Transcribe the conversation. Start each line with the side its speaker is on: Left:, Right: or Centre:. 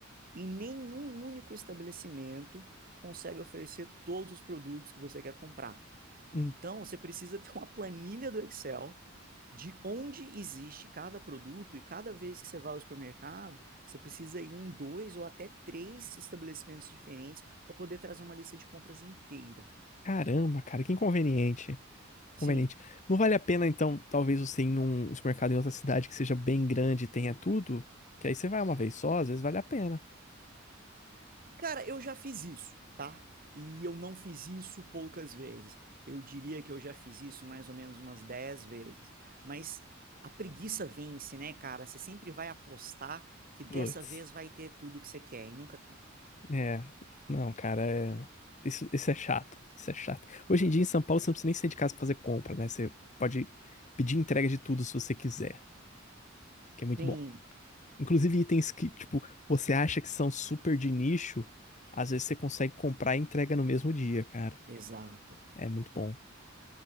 Right: e nenhum único estabelecimento consegue oferecer todos os produtos que você quer comprar.
Left: Hum,
Right: Então, você precisa ter uma planilha do Excel de onde existe cada produto e cada vez que você vai ao supermercado, você precisa ir em dois ou até três estabelecimentos diferentes para poder trazer uma lista de compras inteira.
Left: caramba, cara, que inconveniente. conveniente
Right: Sim.
Left: Não vale a pena, então, talvez você ir em um supermercado em outra cidade que seja bem grande e tenha tudo? Que aí você vai uma vez só, às vezes vale a pena.
Right: Cara, eu já fiz isso, tá? E eu não fiz isso poucas vezes. Eu diria que eu já fiz isso mais ou menos umas 10 vezes. Mas a preguiça vence, né, cara? Você sempre vai apostar que dessa
Left: Putz.
Right: vez vai ter tudo que você quer e nunca tem.
Left: É, não, cara, é... Isso, isso é chato, isso é chato. Hoje em dia em São Paulo você não precisa nem sair de casa pra fazer compra, né? Você pode pedir entrega de tudo se você quiser, que é muito
Right: Sim,
Left: bom. Inclusive itens que, tipo, você acha que são super de nicho, às vezes você consegue comprar e entrega no mesmo dia, cara.
Right: exato.
Left: É muito bom.